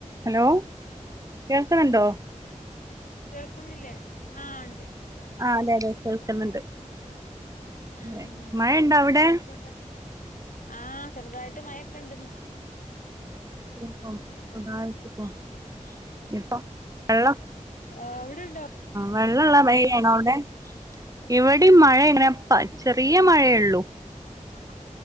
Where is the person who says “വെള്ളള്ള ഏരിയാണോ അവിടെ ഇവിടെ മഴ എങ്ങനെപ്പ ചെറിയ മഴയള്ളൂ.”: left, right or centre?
Right